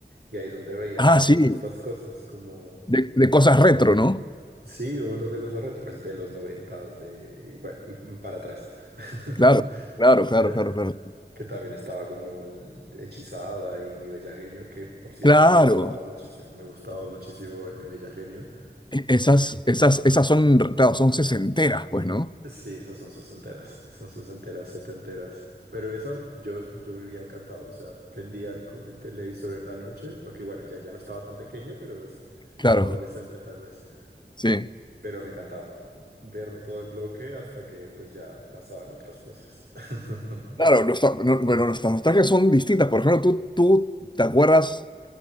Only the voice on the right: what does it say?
y ahí es donde veías
un montón
de estas cosas, como,
sí, un montón de cosas retro, pues de los noventas, de, y bueno, y para atrás. <laughs>
Pero,
que también estaba como el- hechizada y Mi Bella Genio, que por cierto
me gustaba muchísimo, me gustaba muchísimo ver Mi Bella Genio.
Sí, esas son sesenteras, son sesenteras, setenteras. Pero esa yo, yo vivía encantado, o sea, prendía el, cu- el televisor en la noche, aunque bueno, ya, ya no estaba tan pequeño, pero pues
como adolescente tal vez.
Pero me encantaba verme todo el bloque hasta que pues ya pasaban otras cosas. <laughs>